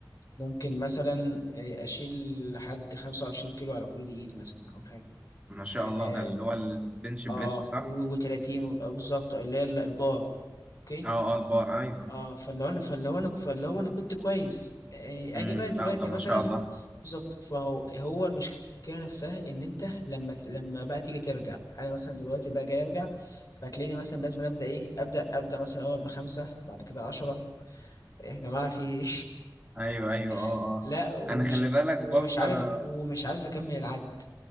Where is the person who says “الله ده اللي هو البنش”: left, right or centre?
Right